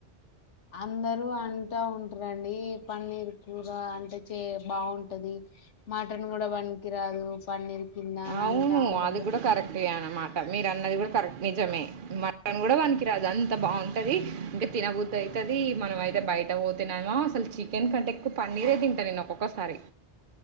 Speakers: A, on the left; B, on the right.
A: అందరూ అంటా ఉంటారంండి పన్నీర్ కూర అంటే చే బాగుంటది మటన్ కూడా వనికిరాదు పన్నీర్ కింద అని
B: అవును
A: అంటా ఉంటారు
B: అది
A: కానీ
B: కూడా కరెక్ట్ అనమాట మీరు అన్నది కూడా కరెక్ట్ నిజమే మటన్ కూడా వనికి రాదు అంత బాగుంటది ఇంకా తినబుద్దు అయితది మనం అయితే బయట పో తన్నామా అసలు చికెన్ కంటే ఎక్కువ పన్నీర్ అయి తింటాను నేను ఒక్కొక్కసారి